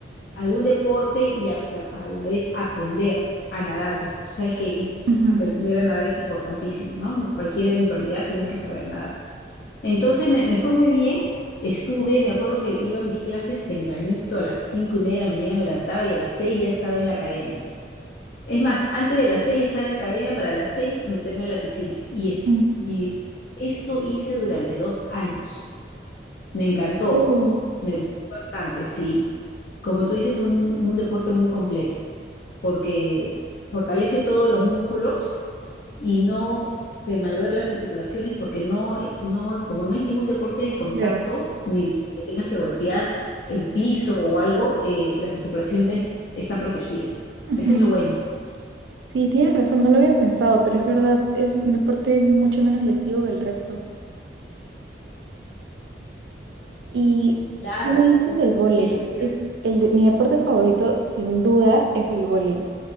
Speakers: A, on the left; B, on the right.
A: algún deporte y a, la a la vez aprender a nadar, porque tú sabes que eh,
B: Ujú.
A: aprender a nadar es importantísimo, ¿no? Cualquier eventualidad tienes que saber nadar. Entonces me, me fue muy bien, estuve, me acuerdo que iba a mis clases tempranito, a las cinco y media de la mañana me levantaba y a las seis ya estaba en la academia. Es más, antes de las seis ya estaba en la academia para las seis meterme a la piscina. Y, es,
B: Ujú.
A: y eso hice durante dos años. Me encantó,
B: Oh,
A: me gustó bastante, sí. Como tú dices, un, un deporte muy completo, porque fortalece todos los músculos y no te malogra las articulaciones, porque no, eh, no, como no es ningún deporte de contacto,
B: claro.
A: ni que tengas que golpear el piso o algo, eh, las articulaciones están protegidas.
B: Ujú.
A: Eso es lo bueno.
B: Sí, tienes razón, no lo había pensado, pero es verdad, es un deporte mucho menos lesivo que el resto. ¿Y
A: Claro,
B: qué me dices
A: sí.
B: del vóley?
A: Eso es cierto.
B: Es el de- mi deporte favorito, sin duda, es el vóley.